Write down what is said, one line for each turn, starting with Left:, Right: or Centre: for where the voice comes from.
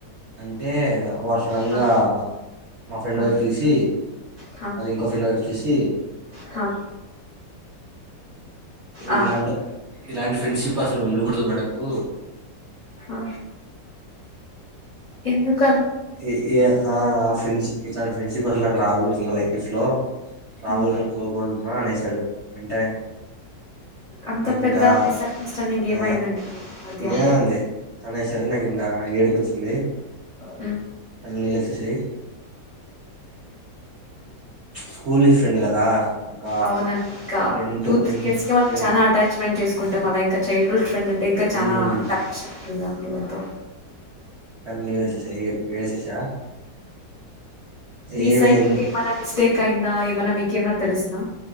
Right: అంటే వా సడంగా
Left: హా
Right: మా ఫ్రెండ్
Left: హా
Right: వైపు చూసి
Left: హ
Right: అది ఇంకో ఫ్రెండ్ వైపు చూసి
Left: హ ఆ
Right: ఇలాంటి ఇలాంటీ ఫ్రెండ్షిప్ అసలు ఉండకూడదు మనకు
Left: ఆ ఎందుక్
Right: ఏ ఏ ఆ ఫ్రెంస్ ఇట్లాంటి ఫ్రెండ్స్ఇప్ రాకూడదు ఇకా లైఫ్ లో రావాలని
Left: ఉమ్,
Right: కోరుకున అనేశాడు వెంటనే
Left: అంత
Right: నాకు
Left: పెద్ద
Right: ఇంకా
Left: మిస్ అండర్స్టాండింగ్
Right: ఆ
Left: ఏమైందండి మధ్య
Right: ఏముంది అనేసాడు నాకు ఇంకా ఏడుపొచ్చింది
Left: ఆ
Right: నీలోచేశయ్ స్కూల్ నుంచి ఫ్రెండ్ కదా ఒక
Left: అవునండి ఇంకా
Right: tenth
Left: two
Right: ten
Left: three years క మనం
Right: టెన్
Left: చానా అటాచ్మెంట్ చేసుకుంటాం అ ఇంకా చైల్డ్ హుడ్ డ్ అంటే ఇంకా చాన
Right: మ్మ్
Left: కనెక్షన్ ఉంటుందిగా అండి వాళ్లతో
Right: నేన్ అట్లా సైడ్ కి వెళ్ళిపోయి ఏడ్చేసా
Left: మీ
Right: ఏమి
Left: సైడ్
Right: ఎందు-
Left: నుంచి ఏమైనా మిస్ టేక్ అయిందా ఏమన్నా మీకేమన్నా తెలుసినా